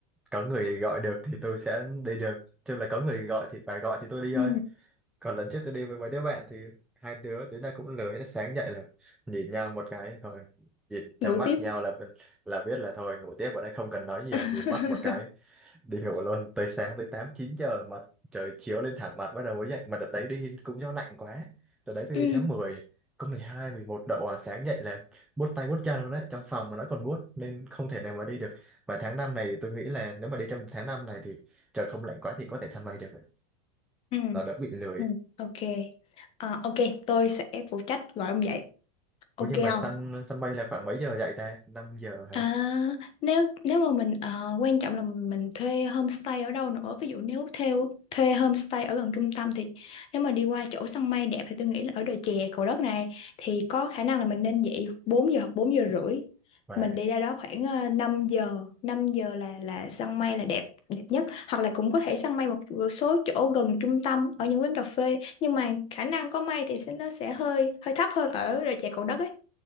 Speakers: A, in the centre; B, on the left.
A: có người gọi được thì tôi sẽ đi được chứ là có người gọi thì phải gọi thì tôi đi
B: Ừ.
A: thôi còn lần trước tôi đi với mấy đứa bạn thì hai đứa đến nay cũng lười hết sáng dậy là nhìn nhau một cái thôi nhìn trong
B: Ngủ
A: mắt
B: tiếp.
A: nhau là là biết là thôi ngủ tiếp ở đây không cần nói nhiều
B: <laughs>
A: nhìn mắt một cái đi ngủ luôn tới sáng tới 8 9 giờ mà trời chiếu lên thẳng mặt bắt đầu mới dậy mà đợt đấy đi cũng do lạnh quá đợt đấy tôi
B: Ừ.
A: đi tháng mười có mười hai mười một độ à sáng dậy là buốt tay buốt chân luôn đấy trong phòng mà nó còn buốt nên không thể nào mà đi được và tháng 5 này tôi nghĩ là nếu mà đi trong tháng 5 này thì trời không lạnh quá thì có thể săn bay được
B: Ừ.
A: nó đỡ bị lười
B: Ừ. Ok. Ờ, ok, tôi sẽ phụ trách gọi ông dậy. Ok
A: Ủa nhưng mà
B: không?
A: săn săn mây là khoảng mấy giờ dậy ta? 5 giờ hả?
B: À, nếu nếu mà mình ờ, quan trọng là mình thuê homestay ở đâu nữa ví dụ nếu theo thuê homestay ở gần trung tâm thì nếu mà đi qua chỗ săn mây đẹp thì tôi nghĩ là ở đồi chè Cầu Đất này thì có khả năng là mình nên dậy 4 giờ hoặc 4 giờ rưỡi
A: Và
B: mình đi ra đó khoảng ờ, 5 giờ 5 giờ là là săn mây là đẹp đẹp nhất hoặc là cũng có thể săn mây một số chỗ gần trung tâm ở những quán cà phê nhưng mà khả năng có mây thì sẽ nó sẽ hơi hơi thấp hơn ở đồi chè Cầu Đất ấy